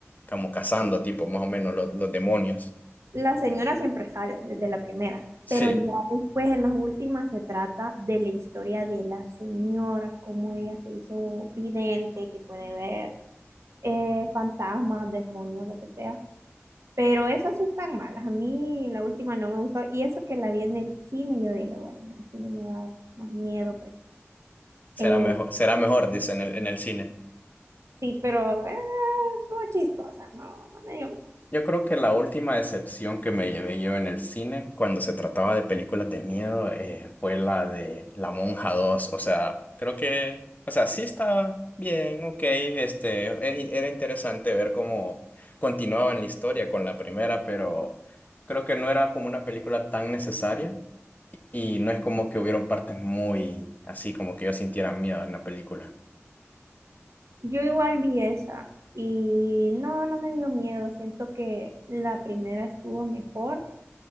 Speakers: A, on the left; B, on the right.
A: como cazando, tipo, más o menos, los, los demonios.
B: La señora siempre sale desde la primera,
A: Sí,
B: pero ya después en las últimas se trata de la historia de la señora, cómo ella se hizo vidente, que puede ver eh, fantasmas, demonios, lo que sea. Pero esas sí están malas. A mí la última no me gustó y eso que la vi en el cine, yo dije, bueno, en el cine me va a dar más miedo. porque-
A: será
B: eh,
A: mejor, será mejor, dice en el, en el cine.
B: sí, pero eh, estuvo chistosa, no, no me dio miedo.
A: Yo creo que la última decepción que me llevé yo en el cine cuando se trataba de películas de miedo eh, fue la de La Monja dos O sea, creo que, o sea, sí está bien, ok, este, e- era interesante ver cómo continuaban la historia con la primera, pero creo que no era como una película tan necesaria y no es como que hubieron partes muy así como que yo sintiera miedo en la película.
B: Yo igual vi esa y no, no me dio miedo. Siento que la primera estuvo mejor.